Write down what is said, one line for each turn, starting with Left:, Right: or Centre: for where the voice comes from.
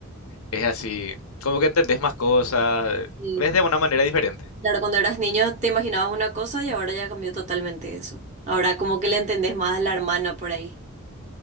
Left: es así, como que entendés más cosas,
Right: sí.
Left: ves de una manera diferente.
Right: Claro, cuando eras niño te imaginabas una cosa y ahora ya cambió totalmente eso. Ahora como que le entendés más a la hermana por ahí.